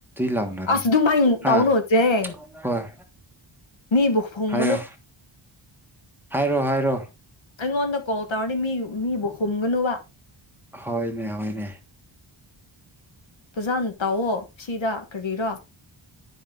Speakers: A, in the centre; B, on the left.
A: ꯂꯥꯎꯅꯥ
B: ꯑꯁ ꯑꯗꯨꯃꯥꯏꯅ
A: ꯍꯥ
B: ꯇꯧꯅꯨ ꯖꯦꯡ
A: ꯍꯣꯏ꯫
B: ꯃꯤꯕꯨ ꯐꯣꯡꯒꯨꯅꯨ꯫
A: ꯍꯥꯏꯔꯣ ꯍꯥꯏꯔꯣ ꯍꯥꯏꯔꯣ꯫
B: ꯑꯩꯉꯣꯟꯗ ꯀꯣꯜ ꯇꯧꯔꯗꯤ ꯃꯤ ꯃꯤꯕꯨ ꯍꯨꯝꯒꯅꯨꯕ꯫
A: ꯍꯣꯏꯅꯦ ꯍꯣꯏꯅꯦ꯫
B: ꯄꯨꯖꯥꯅ ꯇꯥꯛꯑꯣ ꯁꯤꯗ ꯀꯔꯤꯔꯣ꯫